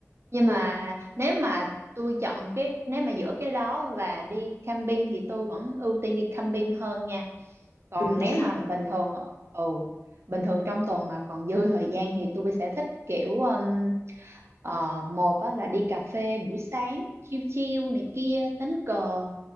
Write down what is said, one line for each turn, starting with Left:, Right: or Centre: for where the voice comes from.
Right: nhưng
Left: ừ,
Right: mà nếu mà tôi chọn cái nếu mà giữa cái đó và đi camping thì tôi vẫn ưu tiên đi camping hơn nha còn
Left: ừ,
Right: nếu
Left: dạ
Right: mà bình thường ừ bình thường trong tuần mà còn dư thời gian thì tôi sẽ thích kiểu um, ờ, một á, là đi cà phê buổi sáng chill chill này kia đánh cờ